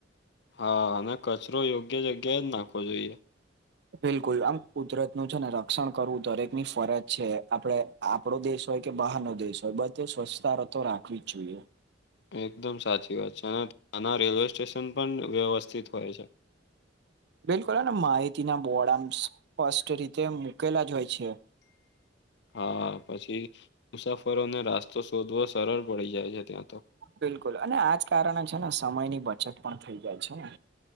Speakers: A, on the left; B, on the right.
A: હ અને કચરો યોગ્ય જગ્યાએ જ નાખવો જોઈએ.
B: બિલકુલ આમ કુદરતનું છે ને રક્ષણ કરવું દરેકની ફરજ છે આપડે આપડો દેશ હોય કે બહારનો દેશ હોય બધે સ્વચ્છતારતો રાખવી જ જોઈએ.
A: એકદમ સાચી વાત છે અને ત્યાનાં રેલવે સ્ટેશન પણ વ્યવસ્થિત હોય છે.
B: બિલકુલ અને માહિતીના બોડ આમ સ્પષ્ટ રીતે મૂકેલા જ હોય છે.
A: હા પછી મુસાફરોને રાસ્તો શોધવો સરળ પડી જાય છે ત્યાં તો.
B: બિલકુલ અને આજ કારણે છે ને સમયની બચત પણ થઈ જાય છે ને.